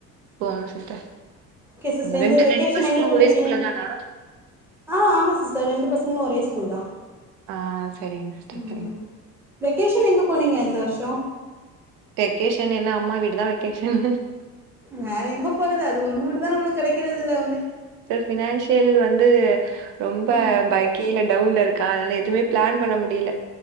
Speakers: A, on the right; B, in the centre.
A: போணு சிஸ்டர்
B: சிஸ்டர்
A: ரெண்டு
B: இந்த வெக்கேஷன்
A: ரெண்டு பசங்களு
B: எங்க போனீங்க
A: ஒரே ஸ்கூல்ல தானா
B: ஆ ஆம சிஸ்டர் ரெண்டு பசங்களு ஒரே ஸ்கூல் தா
A: ஆ செரிங்க சிஸ்டர்
B: ம்
A: செரி
B: வெக்கேஷன் எங்க போனீங்க எ இந்த வருஷோ
A: வெக்கேஷன் என்ன அம்மா வீடு தா வெக்கேஷன்
B: வேற எங்க போறது அது ஒண்ணு மட்டுந்தா நம்மளுக்கு கடைக்கிறது இல்ல ஒண்ணு
A: ஃபினான்சியல் வந்து ரொம்ப
B: ம்
A: பய் கீலே டவுன்ல இருக்கா அதனால எதுவுமே பிளான் பண்ண முடியல